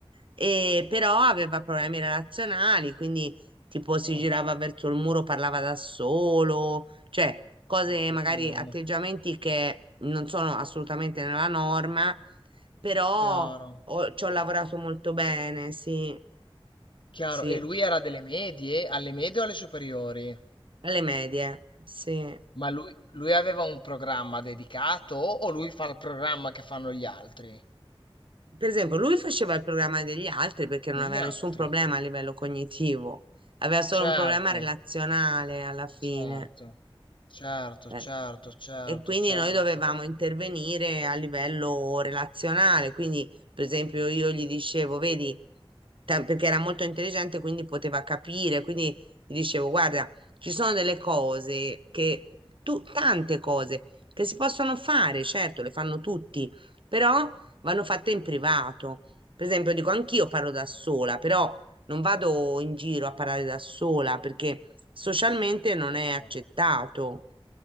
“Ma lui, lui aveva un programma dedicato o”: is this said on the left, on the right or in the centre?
Left